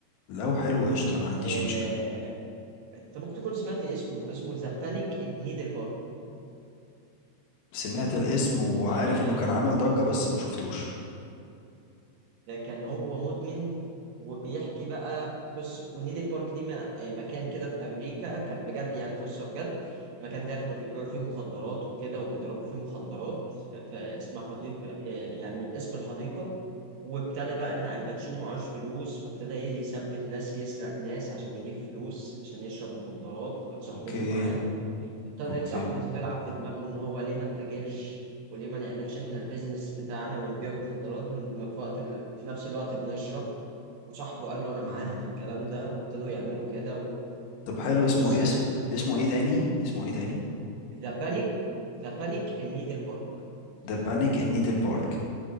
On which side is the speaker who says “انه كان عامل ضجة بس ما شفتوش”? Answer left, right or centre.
Left